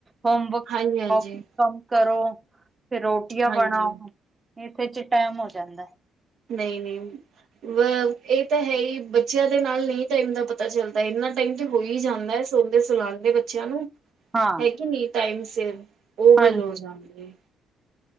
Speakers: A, on the right; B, on the right.
A: ਹੋਮਵਰਕ,
B: ਹਾਂਜੀ-ਹਾਂਜੀ,
A: ਕੰਮ ਕਰੋ, ਫ਼ਿਰ ਰੋਟੀਆਂ
B: ਹਾਂਜੀ,
A: ਬਣਾਓ। ਇੱਥੇ ਚ ਟੈਮ ਹੋ ਜਾਂਦਾ।
B: ਨਈਂ ਨਈਂ। ਵ ਇਹ ਤਾਂ ਹੈ ਈ, ਬੱਚਿਆਂ ਦੇ ਨਾਲ ਨਹੀਂ ਟਾਈਮ ਦਾ ਪਤਾ ਚੱਲਦਾ, ਇੰਨਾ ਟਾਈਮ ਤੇ ਹੋ ਈ ਜਾਂਦਾ ਐ। ਸੁਣਦੇ ਸੁਲਾਉਂਦੇ ਬੱਚਿਆਂ ਨੂੰ।
A: ਹਾਂ
B: ਹੈਗੀ ਨੀਂ ਟਾਈਮ ਸਿਰ, ਉਹ
A: ਹਾਂਜੀ
B: ਗੱਲ ਹੋ ਜਾਂਦੀ ਏ।